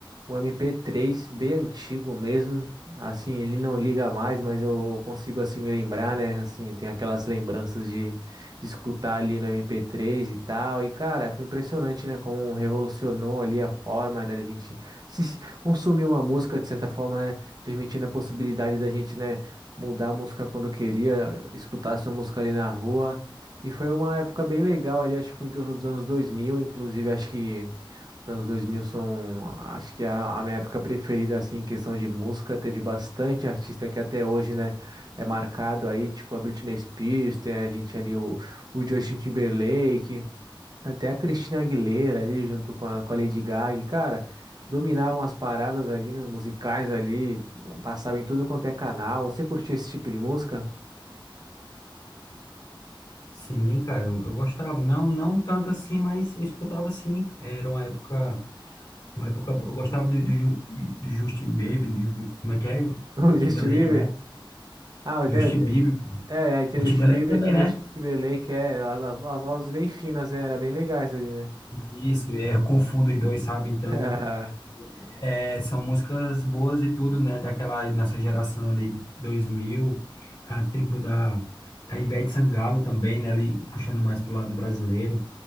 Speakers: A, on the right; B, on the left.
A: um MP3 bem antigo mesmo, assim, ele não liga mais, mas eu consigo, assim, me lembrar, né, assim, tem aquelas lembranças de, de escutar ali no MP3 e tal, e cara, foi impressionante, né, como revolucionou ali a forma, né, da gente se- consumir uma música, de certa forma, né, permitindo a possibilidade da gente, né, mudar a música quando queria, escutar essa música ali na rua. E foi uma época bem legal ali, acho que foi em torno dos anos 2000, inclusive acho que os anos 2000 são, acho que é a, a minha época preferida, assim, em questão de música. Teve bastante artista que até hoje, né, é marcado aí, tipo a Britney Spears, tem a gente ali o, o Justin Timberlake. Até a Cristina Aguilera ali, junto com a, com a Lady Gaga, e, cara, dominavam as paradas ali, né, musicais ali, passavam em tudo quanto é canal. Você curtiu esse tipo de música? <laughs>
B: Sim, cara, eu, eu gostava. Não, não tanto assim, mas eu escutava sim. Era uma época, uma época. boa. Eu gostava do, do, Ju- do Justin Bieber, do, Ju- como é que é? O
A: O Justin
B: Timberlake,
A: Bieber?
B: né?
A: Ah,
B: Justin
A: tem,
B: Bieber.
A: é, aí tem
B: O
A: o
B: Timberlake
A: Justin Bieber,
B: também,
A: tem
B: né?
A: o Justin Timberlake, é, as, as, as vozes bem finas, né, era bem legais ali, né?
B: Isso, é, eu confundo os dois, sabe? Então.
A: <laughs>
B: É, são músicas boas e tudo, né? Daquela nossa geração ali, 2000, a tempo da, da Ivete Sangalo também, né? Ali puxando mais pro lado brasileiro.